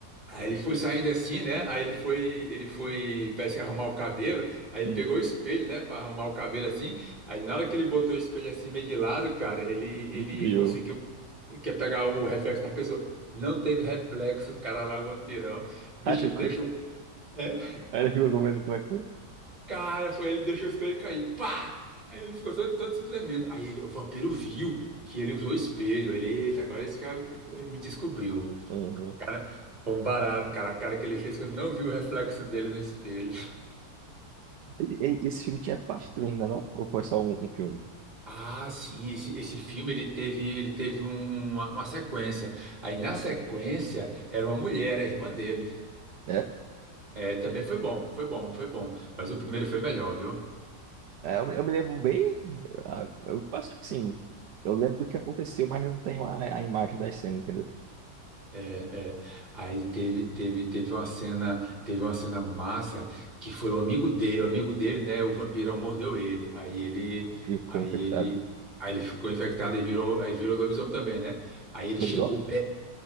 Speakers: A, on the right; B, on the right.
A: aí ele foi saindo assim, né? Aí ele foi, ele foi, parece que arrumar o cabelo, aí
B: hum,
A: ele pegou o espelho, né, para arrumar o cabelo assim. Aí na hora que ele botou o espelho assim meio de lado, cara, ele, ele
B: não viu.
A: conseguiu, quer pegar o reflexo da pessoa. Não teve reflexo, cara lá, o vampirão. Bicho,
B: Aí ficou,
A: ele deixou. é,
B: aí ele ficou com medo como é que foi.
A: Cara, foi ele deixou o espelho cair. Pá! Aí ele ficou todo, todo se tremendo. Aí ele- o vampiro viu que ele usou o espelho. Ele, eita, agora esse cara me me descobriu.
B: Uhum.
A: Cara, foi um barato, cara. A cara que ele fez quando não viu o reflexo dele no espelho.
B: Ele- ele- esse filme tinha parte 2, não é não? Ou foi só um, um filme?
A: Ah, sim, esse, esse filme ele teve, ele teve um- uma, uma sequência. Aí na sequência era uma mulher, a irmã dele.
B: É,
A: É, também foi bom, foi bom, foi bom. Mas o primeiro foi melhor, viu?
B: é, eu, me eu me lembro bem, ah, eu acho que sim, eu lembro do que aconteceu, mas eu não tenho a, a imagem das cenas, entendeu?
A: É, é. Aí teve, teve, teve uma cena, teve uma cena massa que foi o amigo dele, o amigo dele, né? O vampirão mordeu ele. Aí ele,
B: Ficou
A: aí
B: infectado.
A: ele, aí ele ficou infectado e virou, aí virou lobisomem também, né? Aí ele
B: Lobisomem?
A: chegou pé,